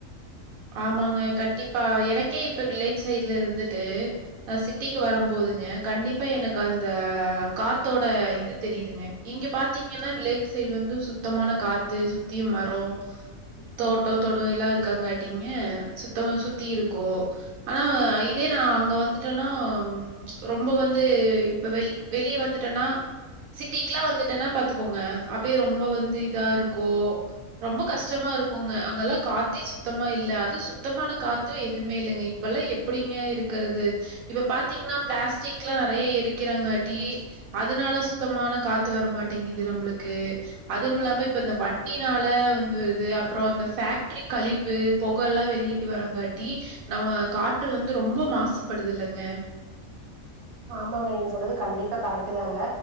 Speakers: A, on the right; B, on the right.
A: ஆமாங்க கண்டிப்பா எனக்கே இப்ப வில்லேஜ் சைட்ல இருந்துட்டு ஆ சிட்டிக்கு வரம் போதுங்க கண்டிப்பா எனக்கு அந்த காத்தோட இது தெரியுதுங்க இங்க பாத்தீங்கன்னா வில்லேஜ் சைடு வந்து சுத்தமான காத்து சுத்தியு மரோ தோட்டோ தொடு எல்லா இருக்கங் காட்டீங்க சுத்தம்மா சுத்தி இருக்கு ஆனா இதே நா அங்க வந்திட்டேன்னா ரொம்ப வந்து இப்ப வெளி வெளியே வந்திட்டேன்னா சிட்டிக்கெல்லா வந்திட்டேன்னா பாத்துக்கோங்க அப்டியே ரொம்ப வந்து இதா இருக்கோ ரொம்ப கஷ்டமா இருக்குங்க அங்கெல்லா காத்தே சு சுத்தமா இல்ல அது சுத்தமான காத்து எதுவுமே இல்லங்க இப்பெல்லா எப்படிங்க இருக்கிறது இப்ப பாத்தீங்கன்னா பிளாஸ்டிக்ல்லா நெறையா எரிக்கிறாங்காட்டி அதுனால சுத்தமான காத்து வரமாட்டேங்குது நம்மளுக்கு அதும் இல்லாம இப்ப இந்த வண்டினால வந்து வருது அப்றோ அந்த ஃபேக்டரி கழி வு பொக எல்லா வெளியே வரங்காட்டி நம்ம காற்று வந்து ரொம்ப மாசுபடுது இல்லங்க
B: ஆமாங்க நீங்க சொன்னது கண்டிப்பா கரெக்ட்டு தாங்க